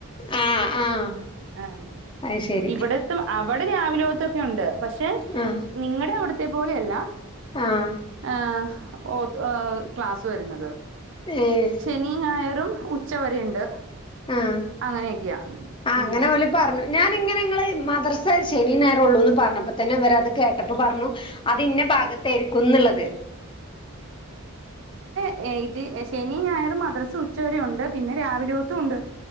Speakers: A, on the left; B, on the right.
A: ആഹ് ആഹ്
B: ആഹ്,
A: അത് ശരി
B: ഇവിടത്തെ മ അവടെ രാവിലോയോത്തൊക്കെയൊണ്ട്. പക്ഷെ
A: ആഹ്
B: നിങ്ങടെ അവിടത്തെ പോലെയല്ല.
A: ആഹ്
B: ഏഹ് ഓത്ത് ഏഹ് ക്ലാസ് വെര്ണത്.
A: ഏഹ്
B: ശനിയും ഞായറും ഉച്ചവരെയിണ്ട്
A: ആഹ്
B: അങ്ങനെയൊക്കെയാ. ആഹ്
A: അങ്ങനെ ഓല് പറഞ്ഞു. ഞാനിങ്ങനെ നിങ്ങള് മദർസേ ശനീം ഞായറും ഉള്ളൂന്ന് പറഞ്ഞപ്പത്തന്നെ ഇവരത് കേട്ടപ്പ പറഞ്ഞു. അത് ഇന്ന ഭാഗത്തായിരിക്കുന്നുള്ളത്.
B: ഏഹ് ഇത് ഏഹ്, ശനിയും ഞായറും മദ്രസ് ഉച്ചവരെ ഒണ്ട്. പിന്നെ രാവിലെ ഓത്തും ഉണ്ട്.